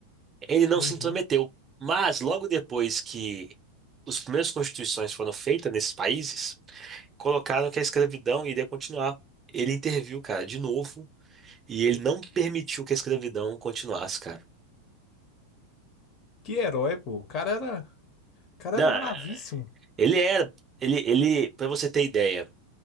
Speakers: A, on the right; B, on the left.
A: Ele não
B: uhum.
A: se intrometeu. Mas logo depois que as primeiras constituições foram feitas nesses países, colocaram que a escravidão iria continuar. Ele interviu, cara, de novo, e ele não permitiu que a escravidão continuasse, cara.
B: Que herói, pô. O cara era, o cara
A: Não,
B: era bravíssimo.
A: ele era, ele, ele, para você ter ideia.